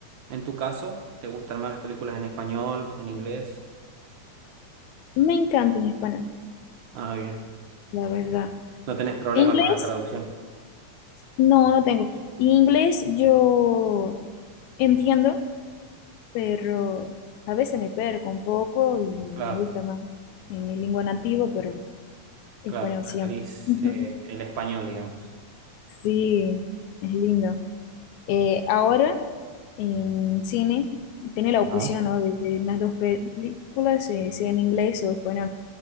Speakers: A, on the right; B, on the left.
A: En tu caso, ¿te gustan más las películas en español, en inglés?
B: Me encanta en español.
A: Ah, bien.
B: La verdad.
A: No tenés problema
B: Inglés,
A: con la traducción.
B: no, no tengo. Inglés yo entiendo, pero a veces me perco un poco y me
A: Claro,
B: gusta más en mi lengua nativa, pero español
A: claro. Preferís
B: siempre. <laughs>
A: eh, el español, digamos.
B: Sí, es lindo. Eh, ahora en cine tiene la opción,
A: Ajá.
B: ¿no? de que las dos películas, eh, sea en inglés o español,